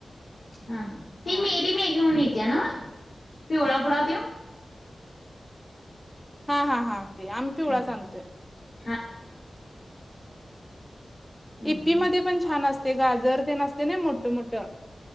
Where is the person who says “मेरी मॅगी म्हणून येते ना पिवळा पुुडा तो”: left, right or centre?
Left